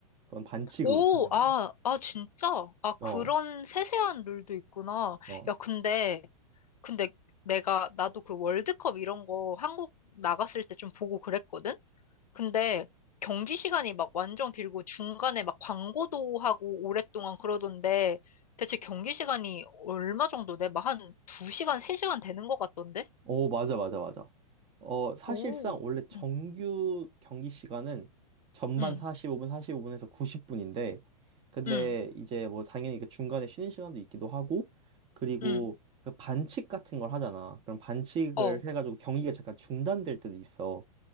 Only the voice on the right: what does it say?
그건 반칙으로
판정돼.
어,
어.
오, 맞아, 맞아, 맞아. 어, 사실상
원래 정규
경기 시간은 전반
45분, 45분에서 90분인데, 근데
이제 뭐 당연히 그 중간에 쉬는 시간도 있기도 하고, 그리고
그 반칙 같은 걸 하잖아. 그럼 반칙을
해가지고 경기가 잠깐 중단될 때도 있어.